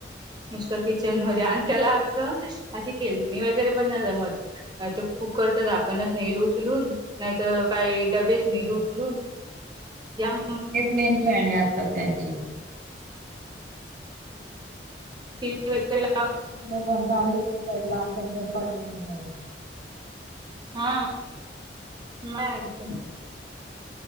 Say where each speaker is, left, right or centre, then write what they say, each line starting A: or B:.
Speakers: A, on the right; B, on the right.
A: नुसता किचन
B: हम्म.
A: मध्ये आणि त्याला आगं. अशी खेळणे वगैरे पण नाय जमतं ते खूप - कुकरच झाकणच नेल उचलून नाहीत काही डबेच नेल
B: हा
A: उचलून. जम.
B: हेचं मेन खेळणे असतात त्यांची.
A: त वगै <unintelligible> <unintelligible>
B: ते पण पाणी पणी पडला असेल तर पडला वगैर.
A: हा नाय ऐकत.